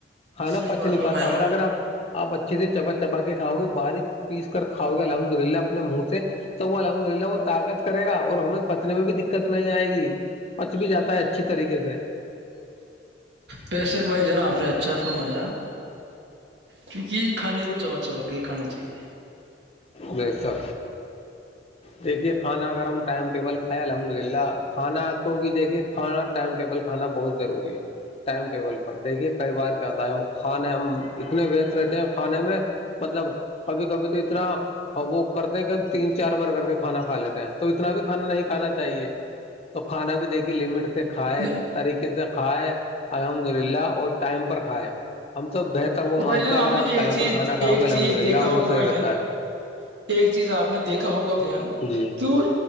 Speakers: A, on the left; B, on the right.
A: ہانا
B: صحیح
A: پچ
B: بات
A: نہیں
B: فرمایا
A: پاتا اور اگر آپ آپ اچھے سے چبا چبا کے کھاؤ گے باریک پیس کر کھاؤ گے الحمد للہ اپنے منہ سے تو وہ الحمد للہ وہ طاقت کرے گا اور ہمیں پچنے میں بھی دقت نہیں آئے گی پچ بھی جاتا ہے اچھی طریقے سے
B: پیسک بھائی ج نا آپ نے اچھا فرمایا کیونکہ کھانے کو چبا چبا کے ہی کانا چاہیے
A: جیسا دیکھیے کھانا اگر ہم ٹائم ٹیبل کھائے الحمد للہ کھانا آ کو بھی دیکھیے کھانا ٹائم ٹیبل کھانا بہت ضروری ہے ٹائم ٹیبل پر دیکھیے کئی بار کیا ہوتا ہے ہم کھانے ہم اتنے وچ رہتے ہیں کھانے میں مطلب کبھی کبھی تو اتنا وہ کرتے ہیں کہ ہم تین چار بار کر کے کھانا کھا لیتے ہیں اتنا بھی کھانا نہیں کھانا چاہیے تو کھانا بھی دیکھیے لمٹ کھائے
B: نہیں
A: طریقے سے کھائے الحمد للہ اور ٹائم پر کھائے ہم تو بہتر وہ مانتے
B: بھائی جان
A: ہیں اگر
B: نے
A: آپ
B: ایک
A: ٹائم
B: چیز
A: پر کھانا کھاؤ
B: ایک
A: گے الحمد
B: چیز
A: للہ
B: دیکھا ہوگا
A: وہ صحیح
B: بھائی
A: رہتا
B: جان
A: ہے
B: ایک چیز آپ نے دیکھا ہوگا ب جان
A: جی
B: کیوں